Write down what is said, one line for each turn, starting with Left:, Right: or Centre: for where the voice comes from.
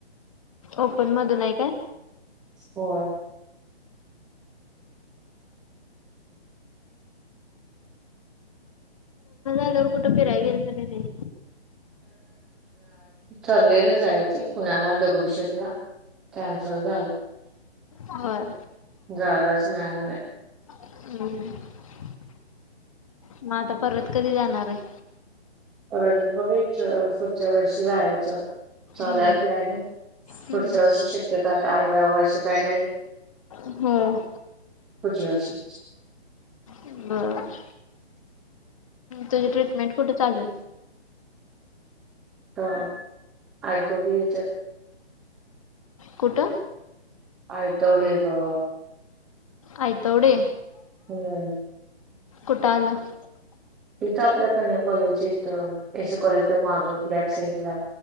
Left: ओपन मधून आहे काय.
Centre: होय.
Left: एल कुठं फिरयगरत नाही.
Centre: ठरलेलं जायचे कुणाला दगडू शकला. चानसल अ.
Left: होय.
Centre: जाच नाही.
Left: हम्म <unintelligible> मग आता पर्वत कधी जाणार आहे.
Centre: बघ पुुढच्या वर्षी ला यायचं चालायतने.
Left: हम्म हम्म
Centre: पुढच्या अशी शक्यता आता या वर्ष काय नाही.
Left: हम्म.
Centre: पुढच्या वर्षी.
Left: हम्. तुझी ट्रीटमें कुठं ल.
Centre: तर आजलोघ विच.
Left: कुठं.
Centre: आय तोडी ब.
Left: आय तोडी.
Centre: <inaudible>
Left: कुठ आलं.
Centre: तिथं आपल्या कन कॉलेज यथं एस कॉलेजचा माग बॅक साइड ला.